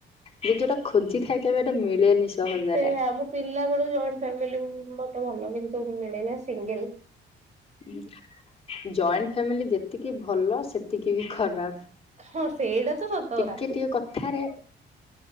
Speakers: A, on the left (about 30°); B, on the right (about 35°).
A: ଯିଏ ଯୋଉଟା ଖୋଜିଥାଏ କେବେ ହେଟା ମିଳେନି ସହଜରେ।
B: ସେୟା ମୁପିଲା ବେଳୁ ଜଏଣ୍ଟ ଫ୍ୟାମିଲିମୁ ମତେ ଭଲ କିନ୍ତୁ ମିଳିଲା ସିଙ୍ଗଲ୍।
A: ଉ ଜଏଣ୍ଟ ଫ୍ୟାମିଲି ଯେତିକି ଭଲ ସେତିକିବି ଖରାପ୍।
B: ହଁ ସେଇଟା ତ ସତ କଥା
A: ଟିକେ ଟିକେ କଥାରେ